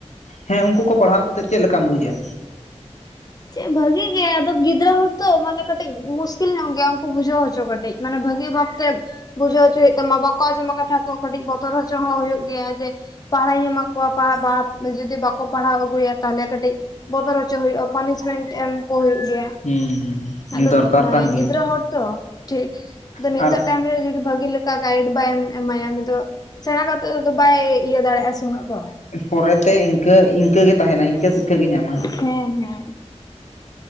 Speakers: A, on the left (about 85°); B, on the left (about 35°).
A: ᱦᱮᱸ ᱩᱱᱠᱩ ᱠᱚ ᱯᱟᱲᱦᱟᱣ ᱠᱟᱛᱮᱜ ᱪᱮᱫ ᱞᱮᱠᱟᱢ ᱵᱩᱡᱟ
B: ᱪᱮ ᱵᱷᱟᱹᱜᱤ ᱜᱮᱭᱟ ᱟᱫᱚ ᱜᱤᱫᱽᱨᱟᱹ ᱦᱚᱲ ᱛᱚ ᱢᱟᱱᱮ ᱠᱟᱹᱴᱤᱡ ᱢᱩᱥᱠᱤᱞ ᱧᱚᱜ ᱜᱮᱭᱟ ᱩᱱᱠᱩ ᱵᱩᱡᱷᱟᱹᱣ ᱦᱚᱪᱚ ᱠᱟᱹᱴᱤᱡ ᱢᱟᱱᱮ ᱵᱷᱟᱹᱜᱤ ᱵᱷᱟᱵᱛᱮ ᱵᱩᱡᱷᱟᱹᱣ ᱦᱚᱪᱚᱭ ᱦᱩᱭᱩᱜ ᱛᱟᱢᱟ ᱵᱟᱠᱚ ᱟᱸᱡᱚᱢᱟ ᱠᱟᱛᱷᱟ ᱠᱚ ᱠᱟᱹᱴᱤᱡ ᱵᱚᱛᱚᱨ ᱦᱚᱪᱚ ᱦᱚᱸ ᱦᱩᱭᱩᱜ ᱜᱮᱭᱟ ᱡᱮ ᱯᱟᱲᱦᱟᱣ ᱤᱧ ᱮᱢᱟ ᱠᱚᱣᱟ ᱵᱟᱨ ᱵᱟᱨ ᱡᱩᱫᱤ ᱵᱟᱠᱚ ᱯᱟᱲᱦᱟᱣ ᱟᱹᱜᱩᱭᱟ ᱛᱟᱦᱚᱞᱮ ᱠᱟᱹᱴᱤᱡ ᱵᱚᱛᱚᱨᱦᱚᱪᱚ ᱦᱩᱭᱩᱜ-ᱟ ᱯᱟᱱᱤᱥᱢᱮᱱᱴ ᱮᱢ ᱠᱚ ᱦᱩᱭᱩᱜ ᱜᱮᱭᱟ
A: ᱦᱩᱸ
B: ᱟᱫᱚ
A: ᱫᱚᱨᱠᱟᱨ
B: ᱦᱮᱸ
A: ᱠᱟᱱ ᱜᱮᱭᱟ
B: ᱜᱤᱫᱽᱨᱟᱹ ᱦᱚᱲ ᱛᱚ ᱴᱷᱤᱠ᱾ ᱡᱮ
A: ᱟᱨ
B: ᱱᱤᱛᱚᱜ ᱴᱟᱭᱤᱢ ᱨᱮ ᱡᱩᱫᱤ ᱵᱷᱟᱹᱜᱤ ᱞᱮᱠᱟ ᱜᱟᱭᱤᱰ ᱵᱟᱭ ᱮᱢᱟᱭᱟ ᱩᱱᱤ ᱫᱚ ᱥᱮᱬᱟ ᱠᱟᱛᱮ ᱵᱟᱭ ᱤᱭᱟᱹ ᱫᱟᱲᱮᱭᱟᱜᱼᱟ, ᱥᱮ ᱩᱱᱟᱹᱜ ᱫᱚ
A: ᱯᱚᱨᱮᱛᱮ ᱤᱱᱠᱟᱹ ᱤᱱᱠᱟᱹᱜᱮ ᱛᱟᱦᱮᱱᱟᱭ ᱤᱱᱠᱟᱹ ᱥᱤᱠᱠᱷᱟᱹ ᱜᱮ ᱧᱟᱢᱟᱭ᱾
B: ᱦᱮᱸ ᱦᱮᱸ᱾